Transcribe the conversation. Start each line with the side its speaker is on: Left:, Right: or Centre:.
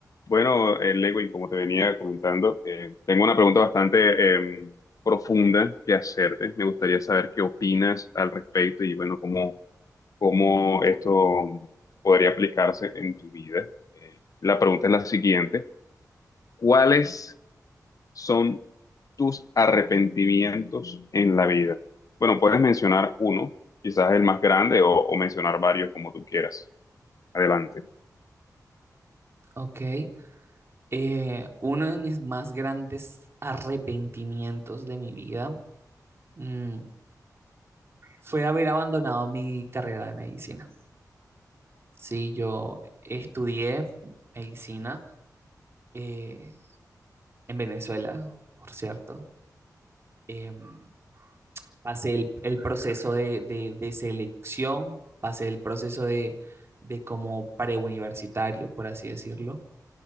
Left: Bueno, eh, Lewin, como te venía comentando, eh, tengo una pregunta bastante eh, profunda que hacerte. Me gustaría saber qué opinas al respecto y, bueno, cómo, cómo esto podría aplicarse en tu vida. Eh, la pregunta es la siguiente. ¿Cuáles son tus arrepentimientos en la vida? Bueno, puedes mencionar uno, quizás el más grande, o, o mencionar varios como tú quieras. Adelante.
Right: Ok, eh, uno de mis más grandes arrepentimientos de mi vida mm, fue haber abandonado mi carrera de medicina. Sí, yo estudié medicina eh, en Venezuela, por cierto. Em, pasé el, el proceso de, de- de selección, pasé el proceso de, de como preuniversitario, por así decirlo.